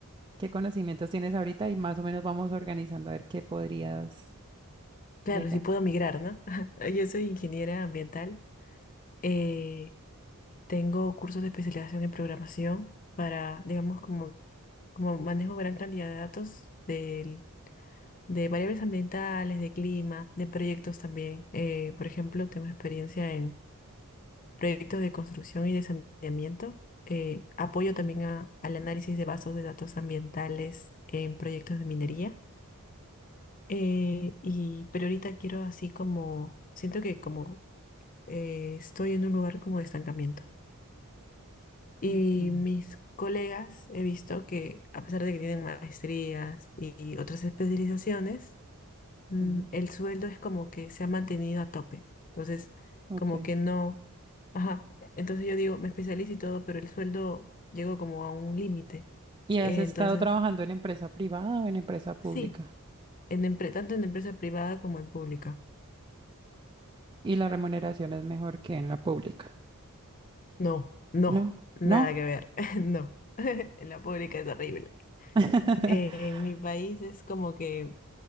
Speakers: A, on the right (about 20°); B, on the left (about 35°).
A: qué conocimientos tienes ahorita? Y más o menos vamos organizando a ver qué podrías
B: Claro,
A: llegar.
B: si puedo migrar, ¿no? <laughs> Yo soy ingeniera ambiental. eh, Tengo cursos de especialización en programación para, digamos, como, como manejo gran cantidad de datos del- de variables ambientales, de clima, de proyectos también. Eh, por ejemplo, tengo experiencia en proyectos de construcción y de saneamiento. Eh, apoyo también
A: Ujú,
B: a- al análisis de bases de datos ambientales en proyectos de minería. Eh, y, pero ahorita quiero así como, siento que como eh, estoy en un lugar como de estancamiento. Y
A: Okay.
B: mis colegas he visto que, a pesar de que tienen maestrías y otras especializaciones, mm,
A: ujú,
B: el sueldo es como que se ha mantenido a tope. Entonces,
A: okay.
B: como que no. Ajá. Entonces yo digo, me especializo y todo, pero el sueldo llegó como a un límite.
A: ¿Y
B: Eh,
A: has estado
B: Entonces,
A: trabajando en empresa privada o en empresa pública?
B: sí, en empre- tanto en empresa privada como en pública.
A: Y la remuneración es mejor que en la pública.
B: No, no,
A: ¿No?
B: nada
A: ¿No?
B: que ver. <laughs> No, en la pública es horrible.
A: <laughs>
B: Eh, en mi país es como que